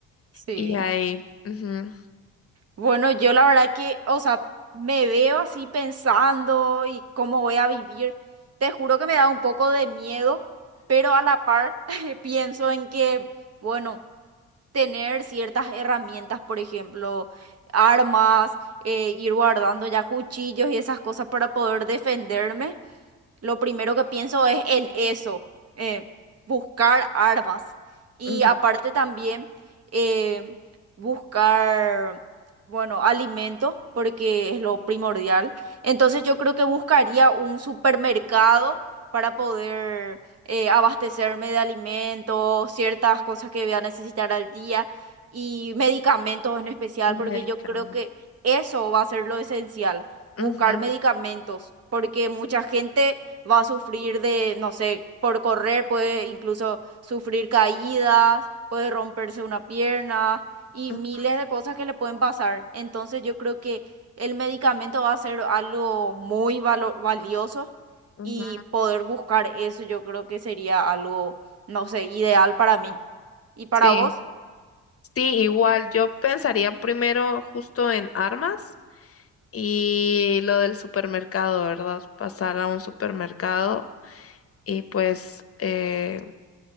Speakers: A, on the right; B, on the left.
A: sí.
B: y ahí, ujú,
A: Bueno, yo la verdad que, o sea, me veo así pensando y cómo voy a vivir. Te juro que me da un poco de miedo, pero a la par <laughs> pienso en que, bueno. tener ciertas herramientas, por ejemplo, armas, eh, ir guardando ya cuchillos y esas cosas para poder defenderme lo primero que pienso es en eso, eh, buscar armas. Y
B: ujú,
A: aparte también eh, buscar, bueno, alimentos, porque es lo primordial. Entonces yo creo que buscaría un supermercado para poder eh, abastecerme de alimentos, ciertas cosas que voy a necesitar al día y medicamentos en especial,
B: y
A: porque
B: ahí
A: yo
B: cambio.
A: creo que eso va a ser lo esencial, buscar
B: Ujú,
A: medicamentos, porque mucha gente va a sufrir de, no sé, por correr puede incluso sufrir caídas, puede romperse una pierna y
B: ujú,
A: miles de cosas que le pueden pasar. Entonces yo creo que el medicamento va a ser algo muy valo- valioso
B: ujú.
A: y poder buscar eso yo creo que sería algo, no sé, ideal para mí. ¿Y para
B: Sí,
A: vos?
B: sí, igual yo pensaría primero justo en armas y lo del supermercado, ¿verdad? Pasar a un supermercado y pues... eh,